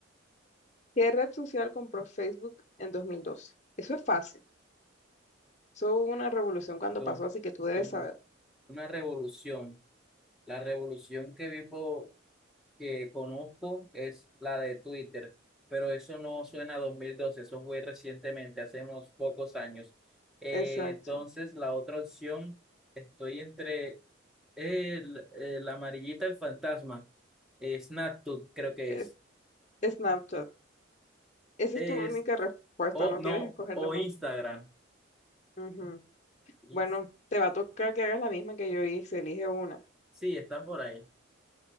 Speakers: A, on the left (about 35°); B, in the centre.
A: ¿Qué red social compró Facebook en 2012? Eso es fácil. Eso hubo una revolución cuando
B: tú,
A: pasó, así que tú debes
B: tú.
A: saber.
B: Una revolución. La revolución que vivo, que conozco es la de Twitter, pero eso no suena a 2012, eso fue recientemente, hace unos pocos años. Eh,
A: Exacto.
B: entonces, la otra opción, estoy entre el, eh, la amarillita el fantasma, eh, Snapchat, creo que
A: Es-
B: es.
A: Snapchat. Esa
B: Es,
A: es tu única respuesta.
B: o
A: No
B: no,
A: quieres escoger
B: o
A: de pronto.
B: Instagram.
A: Ujú.
B: Ins-
A: Bueno, te va a tocar que hagas la misma que yo hice. Elige una.
B: Sí, está por ahí.